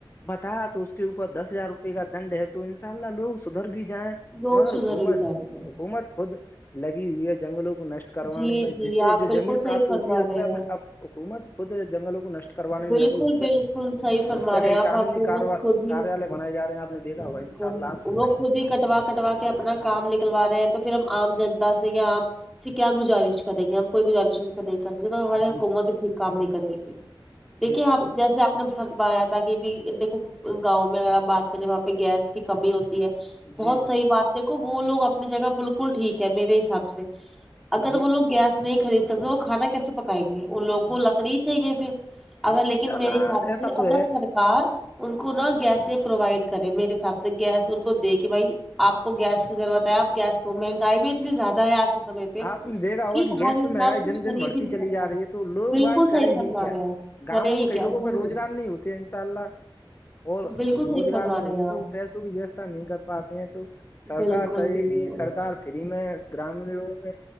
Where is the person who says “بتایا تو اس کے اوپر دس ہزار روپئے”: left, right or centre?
Left